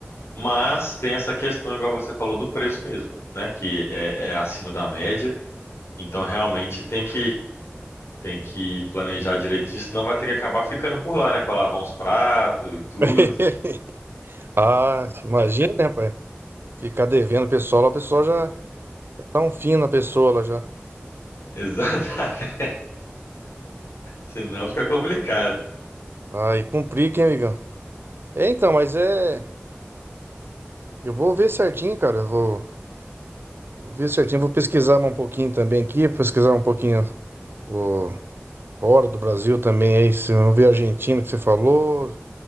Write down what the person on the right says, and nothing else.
<laughs>
Ah, imagina, né, pai? Ficar devendo o pessoal, lá, o pessoal já dá um fim na pessoa lá já.
Aí cumprir, hein, amigão? É, então, mas é. Eu vou ver certinho, cara. eu Vou, vou ver certinho. Vou pesquisar um pouquinho também aqui, pesquisar um pouquinho o, fora do Brasil também. Aí, se eu ver a Argentina que você falou,